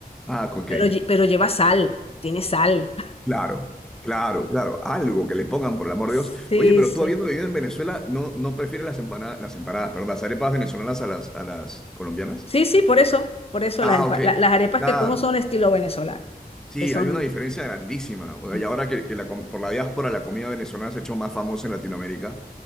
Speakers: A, in the centre; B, on the left.
A: Ah, ok.
B: Pero, lle- pero lleva sal, tiene sal.
A: Claro, claro, claro. Algo que le pongan, por el amor
B: Sí,
A: de Dios. Oye, pero
B: sí.
A: tú habiendo vivido en Venezuela, ¿no, no prefieres las empanadas, las empanadas, perdón, las arepas venezolanas a las, a las colombianas?
B: Sí, sí, por eso, por eso
A: Ah,
B: las, empa-
A: ok.
B: la- las arepas
A: Claro.
B: que como son estilo venezolano,
A: Sí,
B: que son...
A: hay una diferencia grandísima. O sea,
B: mm,
A: y ahora que, que la com- por la diáspora la comida venezolana se ha hecho más famosa en Latinoamérica,